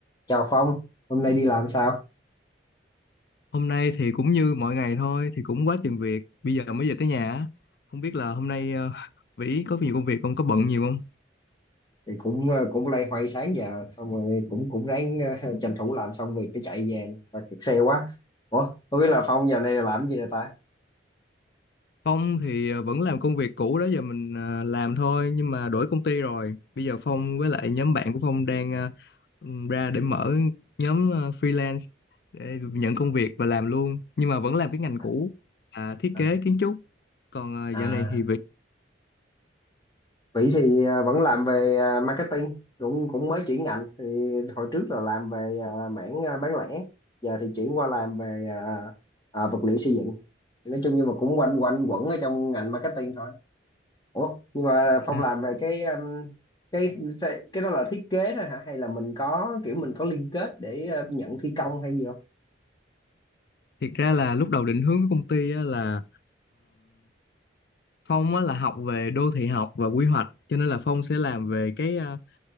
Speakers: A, on the left (about 20°); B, on the left (about 55°).
A: Chào Phong, hôm nay đi làm sao?
B: Hôm nay thì cũng như mọi ngày thôi, thì cũng quá chừng việc. Bây giờ mới về tới nhà á. Không biết là hôm nay ờ, <laughs> Vĩ có nhiều công việc không, có bận nhiều không?
A: Thì cũng ờ, cũng loay hoay sáng giờ xong rồi cũng cũng ráng ờ, <laughs> tranh thủ làm xong việc để chạy về nè. và kẹt xe quá. Ủa, không biết là Phong giờ này là làm gì rồi ta?
B: Phong thì ờ, vẫn làm công việc cũ đó giờ mình ờ, làm thôi, nhưng mà đổi công ty rồi. Bây giờ Phong với lại nhóm bạn của Phong đang ờ, ừ, ra để mở nhóm ờ, freelance để nhận công việc và làm luôn. Nhưng mà vẫn làm cái ngành
A: À,
B: cũ, là thiết
A: à,
B: kế kiến trúc. Còn ờ,
A: à.
B: dạo này thì Vĩ,
A: Vĩ thì ờ, vẫn làm về ờ, marketing, cũng cũng mới chuyển ngành thì hồi trước là làm về ờ, mảng ờ, bán lẻ, giờ thì chuyển qua làm về ờ, ờ, vật liệu xây dựng. Nói chung nhưng mà cũng quanh quanh quẩn ở trong ngành marketing thôi. Ủa, nhưng mà Phong
B: à,
A: làm về cái um, cái sẽ- cái đó là thiết kế thôi hả? Hay là mình có kiểu mình có liên kết để uh, nhận thi công hay gì không?
B: thiệt ra là lúc đầu định hướng của công ty á là Phong á, là học về đô thị học và quy hoạch cho nên là Phong sẽ làm về cái à,